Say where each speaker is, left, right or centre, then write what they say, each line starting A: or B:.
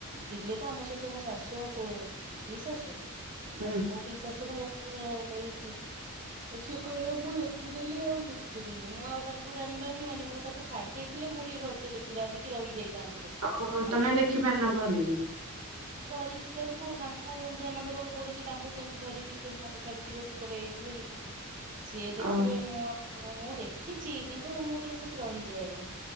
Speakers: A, on the right (about 35°); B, on the right (about 80°).
A: ଥିଲି ତ ଆମ ସହିତ ମୋ ଶାଶୁ ଆଉ କୋ ପିଇ ଶାଶୁ
B: ହୁଁ
A: ମୋ ପିଇ ଶାଶୁକୁ ଧରିକି ନେଇଚି। ସେ କହିଲେ ମୁଁ ଦେଖିଦେଲି ଆଉ ଦେଖିବିନି ମୁଁ ଆଉ ତାଙ୍କୁ ଟାଣି ପାରୁନି ମାନେ ମୁଁ ତାଙ୍କୁ ଛାଡି ଦେଇ ଥିଲେ ମୁଁ ଟିକେ ଭଲସେ ଦେଖିଥାନ୍ତି କି ରହିଯାଇଥାନ୍ତି ସେତିକି
B: ଓହୋ
A: ସମୟ।
B: ତମେ ଦେଖିପାରିନ ଭଲକି
A: ଧରିଚି ତାଙ୍କୁ ତାଙ୍କୁ ଧ୍ୟାନ ଦେବାକୁ ପଡୁଚି ତାଙ୍କୁ କେମିତି ଧରିବି। କେମିତି ହାତ ଛାଡି ଯିବ କି କଉଟେ ହେଇଯିବ କି ସିଏ ଦେଖିବେ
B: ଓ
A: ମୁଁ ଆଉ ହଁ ମୁଁ ଦେଖିଚି କିନ୍ତୁ ମୁଁ ଟିକେ ସେଠି ରହିଯାଏ।